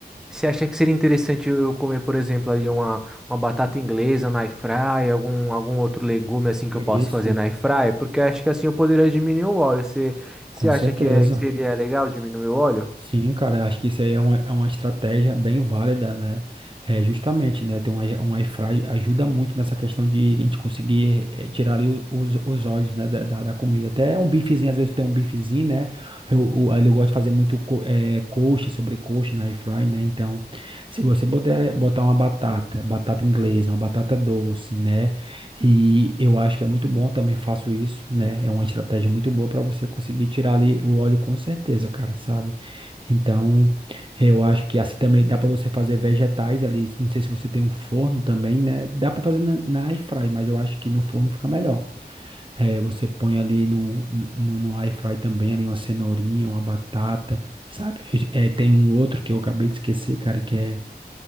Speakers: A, in the centre; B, on the right.
A: Você acha que seria interessante eu eu comer, por exemplo, ali uma, uma batata inglesa na air fryer, algum, algum outro legume assim que eu posso
B: isso,
A: fazer na air fryer? Porque acho que assim eu poderia diminuir o óleo. Você, você
B: com
A: acha
B: certeza.
A: que, é, que seria legal diminuir o óleo?
B: Sim, cara, acho que isso aí é uma, é uma estratégia bem válida, né? É, justamente, né? Ter um, air- um air fry ajuda muito nessa questão de a gente conseguir eh, tirar ali o- os, os óleos, né, da, da, da comida. Até um bifezinho, às vezes tem um bifezinho, né? Eu, eu, ali eu gosto de fazer muito co, eh, coxa, sobrecoxa na air fry, né? Então, se você puder botar uma batata, batata inglesa, uma batata doce, né? E eu acho que é muito bom, também faço isso, né? É uma estratégia muito boa para você conseguir tirar ali o óleo com certeza, cara, sabe? Então, eu acho que assim também dá para você fazer vegetais ali. Não sei se você tem um forno também, né? Dá para fazer na, na air fry, mas eu acho que no forno fica melhor. É, você põe ali no, no, no no air fry também ali uma cenourinha, uma batata, sabe? É, tem um outro que eu acabei de esquecer, cara, que é